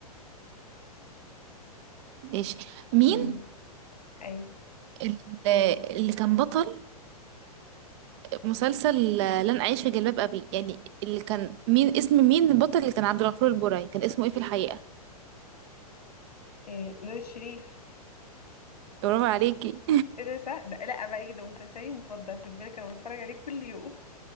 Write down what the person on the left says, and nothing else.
مم. أيوه
إيه، نور الشريف
ايه ده صح ده لا عيب عليك ده مسلسلي المفضل خدي بالك انا بتفرج عليه كل يوم